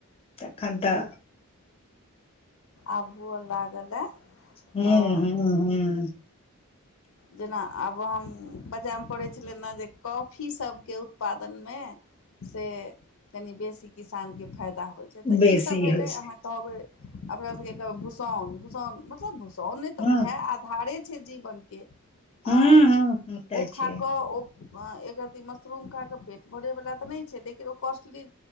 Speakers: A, on the left; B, on the left.
A: एखन त।
B: आब हूअ लागलए
A: हूँ
B: तऽ।
A: हूँ हूँ <inaudible>
B: जेना आब हम बचामें पढैं छलै ने जे कॉफी सबके उत्पादन में। से कनि बेसी किसानकेँ फायदा होइत छै, तऽ
A: बेसी
B: ईसभ भेलै
A: होइ छै
B: अहाँके। कहबै अपना सबके कहबै, भूसाउन-भूसाउन मतलब भूसाउन तऽ
A: हूँ
B: वएहे आधारे। छै जीवन के,
A: हूँ
B: ओ
A: हूँ तऽ छै
B: खाकऽ ओ। एकरति मशरूम खा कऽ पेट भरैवला तऽ नहि छै, लेकिन ओ कॉस्टली।